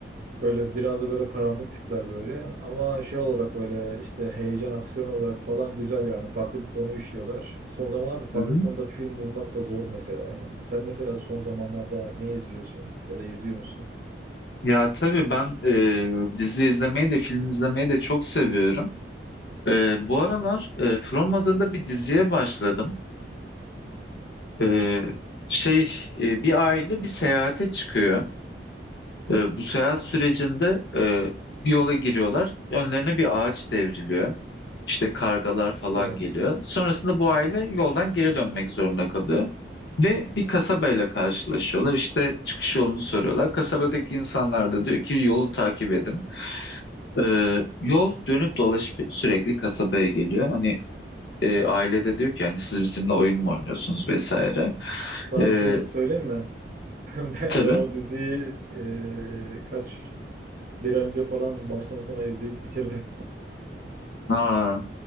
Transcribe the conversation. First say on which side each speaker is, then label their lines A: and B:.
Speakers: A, on the right; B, on the left.
A: Böyle biraz da böyle karanlık tipler böyle. Ama şey olarak böyle işte heyecan, aksiyon olarak falan güzel yani. Farklı bir konu işliyorlar. Son zamanlarda farklı
B: Hı hı.
A: konuda film bulmak da zor mesela yani. Sen mesela son zamanlarda ne izliyorsun ya da izliyor musun?
B: Ya tabii ben e, dizi izlemeyi de film izlemeyi de çok seviyorum. E, bu aralar e, From adında bir diziye başladım. E, şey e, bir aile bir seyahate çıkıyor. E, bu seyahat sürecinde e, bir yola giriyorlar. Önlerine bir ağaç devriliyor. İşte kargalar falan
A: Evet.
B: geliyor. Sonrasında bu aile yoldan geri dönmek zorunda kalıyor. Ve bir kasabayla karşılaşıyorlar. İşte çıkış yolunu soruyorlar. Kasabadaki insanlar da diyor ki yolu takip edin. Ee, yol dönüp dolaşıp sürekli kasabaya geliyor. Hani e, ailede diyor ki yani siz bizimle oyun mu oynuyorsunuz vesaire.
A: Sana
B: Ee,
A: bir şey söyleyeyim mi? <laughs> Ben,
B: tabii.
A: ben o diziyi e, kaç bir ay önce falan baştan sona izleyip bitirdim.
B: Aa,